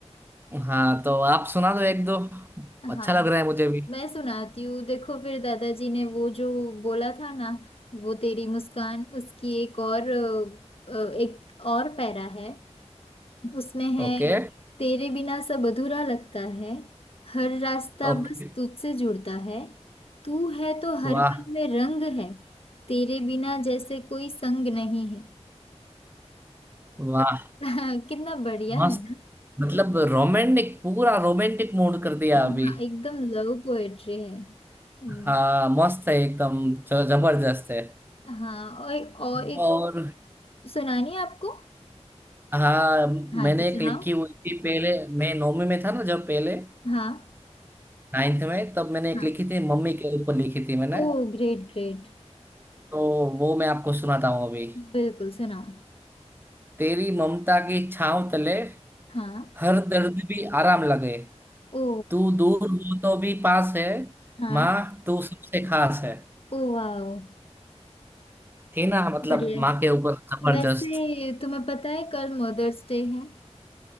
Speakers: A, on the right; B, on the left.
A: हाँ तो आप सुना दो एक दो अच्छा
B: हाँ
A: लग रहा है मुझे भी
B: मैं सुनाती हूँ देखो फिर दादाजी ने वो जो बोला था ना वो तेरी मुस्कान उसकी एक और अ, अ, एक और पैरा है उसमें है
A: Okay
B: तेरे बिना सब अधूरा लगता है हर रास्ता
A: okay
B: बस तुझसे जुड़ता है तू है तो हर
A: वाह
B: पल में रंग है तेरे बिना जैसे कोई संग नहीं है
A: वाह
B: <laughs> कितना बढ़िया
A: मस्त
B: है ना
A: मतलब रोमांटिक पूरा रोमांटिक मूड कर दिया
B: हाँ
A: अभी
B: एकदम लव पोएट्री है हम्म,
A: हाँ मस्त है एकदम ज- जबरदस्त है
B: हाँ और, और एक
A: और
B: सुनानी है आपको
A: हाँ
B: हाँ
A: मैंने
B: तो सुनाओ
A: एक लिखी हुई थी पहले मैं नौवीं में था ना जब पहले
B: हाँ
A: नाइन्थ में तब मैंने एक
B: हाँ
A: लिखी थी मम्मी के ऊपर लिखी थी मैंने
B: ओ ग्रेट ग्रेट
A: तो वो मैं आपको सुनाता हूँ अभी
B: बिल्कुल सुनाओ
A: तेरी ममता की छाँव तले
B: हाँ
A: हर दर्द भी आराम लगे
B: ओ
A: तू दूर हो तो भी पास है
B: हाँ
A: माँ तू सबसे खास है
B: Oh wow
A: थी ना मतलब
B: बढ़िया
A: माँ के ऊपर
B: है।
A: जबरदस्त
B: वैसे तुम्हें पता है कल मदर्स डे है